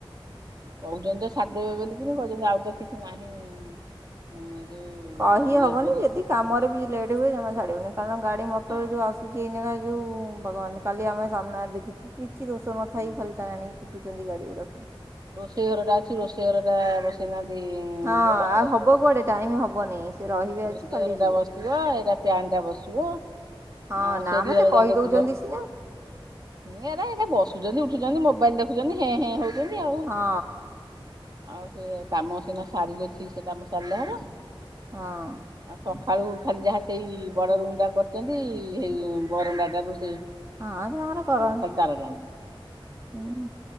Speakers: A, on the right (about 45°); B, on the right (about 30°).
A: କହୁଛନ୍ତି ତ ସାରଦେବେ ବୋଲିକିରି କହୁଛନ୍ତି ଆଉ ତ କିଛି ନାହିଁ। ମୁଁ ଯୋଉ
B: କହିହବନି
A: ଇଏ ବୋରି
B: ଯଦି କାମରେ ବି ଲେଟ୍ ହୁଏ ଜମା ଛାଡିବୁନି କାରଣ ଗାଡି ମଟର
A: ହଁ
B: ଯୋଉ ଆସୁ <unintelligible> ଏଇନାପା ଯୋଉ ଭଗବାନ କାଲି ଆମେ ସାମ୍ନାରେ ଦେଖିଚୁକି କିଛି ଦୋଷ ନଥାଇ
A: ହୁଁ
B: ଖାଲିଟାରେ ଆଣିକି କୁଟୁଛନ୍ତି ଗାଡ଼ି ଗୁଡ଼ାକୁ।
A: ସେଇ ଘର ଟା ଅଛି ରୋଷେଇ ଘର ଟା ବସେଇନାହାନ୍ତି।
B: ହଁ
A: ମୁଁବଡ
B: ଆଉ
A: ସେଟା
B: ହେବ କୁଆଡ଼େ
A: ବସିବ।
B: ଟାଇମ୍ ହେବନି ସେ ରହିବେ ଆଜି
A: ରୋଷୋଇ
B: କାଲି
A: ଘର ଟା
B: ଯିବେ
A: ବସିବ ଏରାକ ପ୍ୟନ୍ ଟା ବସିବ
B: ହଁ
A: ଆଉ
B: ନା
A: ସେଡି
B: ମ
A: ଘର
B: ସେ କହିଦେଉଛନ୍ତି
A: ଯାକେ ଯିବ।
B: ସିନା
A: ହୁଁ ଏରା ଏରା ବସୁଚନ୍ତି ଉଠୁଚନ୍ତି ମୋବାଇଲ ଦେଖୁଚନ୍ତି ହେଁ ହେଁ ହଉଛନ୍ତି ଆଉ।
B: ହଁ
A: ଆଉ ସେ କାମ ସିନା ସାରିଲେ ଠିକସେ କାମ ସାରିଲେ ହବ।
B: ହଁ।
A: ଆଉ ସଖାଳୁ ଖାଲି ଯାହା ସେଇ ବଡ ରୁମ ଟା କରିଛନ୍ତି ହେଇ ବରଣ୍ଡାଟାରୁ ସେଇ
B: ହଁ ସେ ତାଙ୍କର କରନ୍ତୁ।
A: ଖାଲି ତାର ଟାଣି
B: ହୁଁ